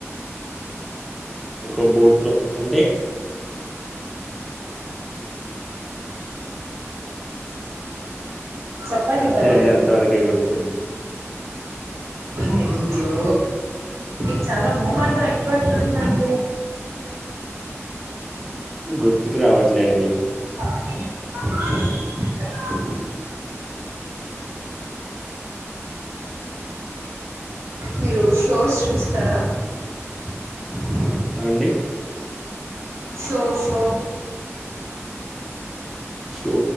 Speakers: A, in the centre; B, on the right.
A: ఒక బోట్లో అంటే
B: చెప్పండి
A: అంతే
B: పర్లేదు
A: అండి అంతవరకే గుర్తుంది
B: అయ్యో మీకు చాలా మోమాటం ఎక్కుట్ందండి
A: గుర్తుకు రావట్లే అండి
B: <unintelligible> మీరు షోస్ చూస్తారా <inaudible>
A: హ అండి
B: షో షో
A: షో